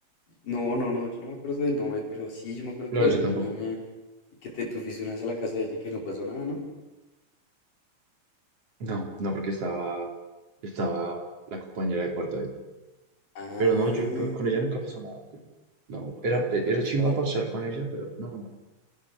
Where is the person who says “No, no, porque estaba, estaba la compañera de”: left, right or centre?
Right